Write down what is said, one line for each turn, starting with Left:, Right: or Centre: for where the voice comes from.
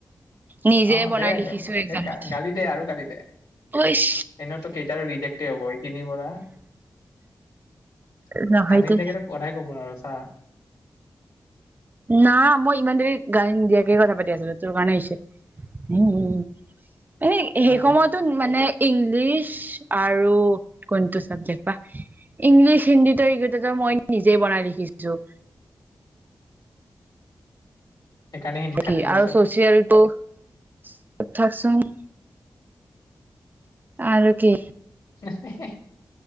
Right: নিজে
Left: অহ
Right: বনাই
Left: দে
Right: লিখিছো এক্জামত
Left: গালি দে আৰু গালি দে
Right: ইচ
Left: এনেওতো কেইটাৰৰিডেক্ট হব এইখিনিৰ পৰা। <unintelligible>
Right: নহয় দে
Left: কথাই কব ন আৰু অহ
Right: নাহ, মই ইমান দেৰি গালি নিদিয়াকে কথা পাতি আছিলো। তোৰ কাৰণে হৈছে উহ উহ এই
Left: হয়
Right: সেই
Left: দে
Right: সময়তো মানে, ইংলিছ আৰু কোনটো চাবজেক্ট বা ইংলিছ হিন্দীটো এইকেইটা মই নিজেই বনাই লিখিছো
Left: সেইকাৰণে হিন্দীত থাৰ্টি
Right: কি
Left: পাইছ
Right: আৰু চচিয়েলটো থাকচোন, আৰু কি
Left: হেহ হেহ